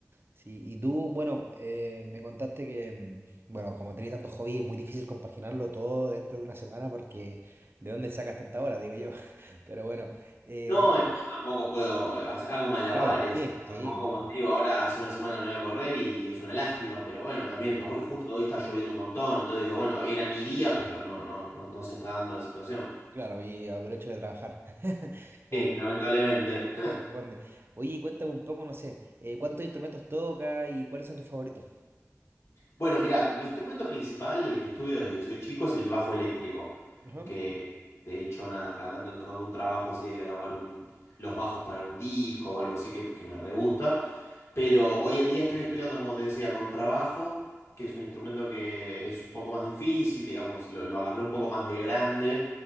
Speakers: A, on the right; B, on the left.
A: Sí, y tú, bueno, eh, me contaste que, mm, bueno, como tenés tantos hobbies, es muy difícil compaginarlo todo dentro de una semana porque ¿de dónde sacas tanta hora? Digo yo. <laughs> Pero bueno, eh,
B: No,
A: por ejemplo,
B: es que yo tampoco puedo, eh, hace- hago malabares.
A: claro, sí, sí,
B: Tampoco,
A: no,
B: como te digo, ahora hace una semana que no voy a correr y es una lástima, pero bueno, también
A: claro,
B: hoy- justo hoy está lloviendo un montón, entonces digo, bueno, era mi día, pero no, no, no, no se está dando la situación.
A: claro, y aprovecho de trabajar, <laughs> como,
B: Sí, lamentablemente.
A: como
B: <laughs>
A: corresponde. Oye, cuéntame un poco, no sé, eh, ¿cuántos instrumentos tocas y cuáles son tus favoritos?
B: Bueno, mira, mi instrumento principal, el que estudio desde que soy chico, es el bajo eléctrico,
A: Ajá.
B: que de hecho, nada, cada tanto tengo algún trabajo así de grabar un, los bajos para un disco o algo así que, que me re gusta. Pero hoy en día estoy estudiando, como te decía, con trabajo, que es un instrumento que es un poco más difícil, digamos, lo, lo agarré un poco más de grande